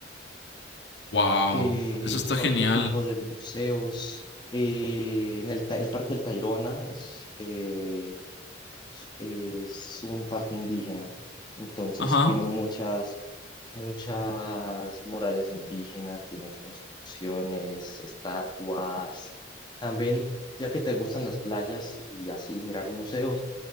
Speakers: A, on the left; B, on the left.
A: Wow.
B: Eh,
A: Eso está
B: otro
A: genial.
B: tipo de museos, eh, en el, Ta- el Parque del Tayrona es... eh, es un parque indígena, entonces
A: Ajá.
B: tiene muchas, muchas murales indígenas, tiene construcciones, estatuas. También, ya que te gustan las playas y así mirar museos,